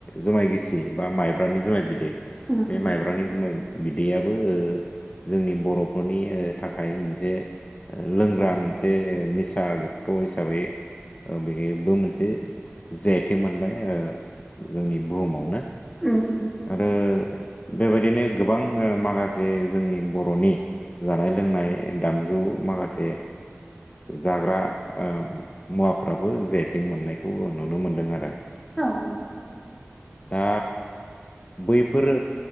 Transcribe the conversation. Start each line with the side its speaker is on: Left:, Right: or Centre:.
Left: जुमाय गिसि बा माइब्रानि जुमाय बिदै
Centre: उम
Left: बे माइब्रानि जुमाय बिदैयाबो ओ,,, जोंनि बर'फोरनि थाखाय मोनसे लोंग्रा मोनसे निसा जुक्त' हिसाबै बेबो मोनसे जि आइ थेक मोनबाय ओ जोंनि बुहुमावनो
Centre: उम
Left: आरो,, बेबायदिनो गोबां माखासे जोंनि बर'नि जानाय लोंनाय दामजु माखासे,, जाग्रा मुवाफोर फ्राबो जि आइ थेक मोननायखौ नुनो मोन्दों आरो
Centre: औ
Left: दा बैफोरो